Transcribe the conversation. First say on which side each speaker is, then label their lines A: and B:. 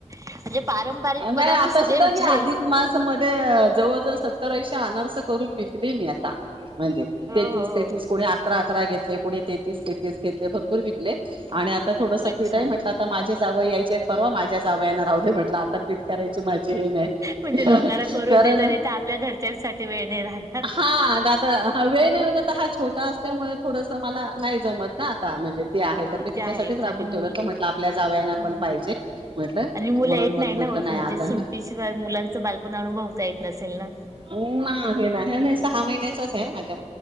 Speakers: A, on the right (about 25°); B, on the right (about 45°).
A: म्हणजे पारंपरिक
B: नाही
A: पदार्थ
B: आता
A: सगळे
B: सुद्धा
A: विचारेल.
B: मी अधिक मास मध्ये जवळ जवळ सत्तर ऐंशी अनारस करून विकले मी आता. म्हणजे
A: हो
B: तेहतीस
A: हो हो.
B: तेहतीस कोणी अकरा अकरा पुढे तेहतीस तेहतीस घेतल भरपूर विकले आणि थोडसं
A: अच्छा
B: पीठ आहे म्हटलं आता माझ्या जावई यायचे आहेत म्हणून माझ्या जावयांना राहू दे म्हटलं आता <unintelligible> करायची माझी हे नाही
A: म्हणजे लोकांना करून
B: कारण
A: देता देता आपल्या घरच्यांसाठी वेळ नाही राहणार.
B: हां हा वेळ नाही मिळत आता हा छोटा असल्यामुळे थोडस मला नाही जमत ना आता म्हणजे ते आहे
A: हो
B: तर मी
A: ते
B: तिच्यासाठीच
A: आहे
B: राखून
A: आणि मुलं--आणि
B: ठेवलं तर म्हटलं आपल्या जावयांना पण पाहिजे म्हटलं
A: मुलं
B: म्हणून
A: येत
B: मग
A: नाही ना
B: म्हटलं
A: म्हणजे
B: आता
A: सुट्टीशिवाय
B: ना
A: मुलांच बालपण अनुभवताय नसेल ना
B: हो ना हे नाही ना सहा महिन्याचच आहे माझ्या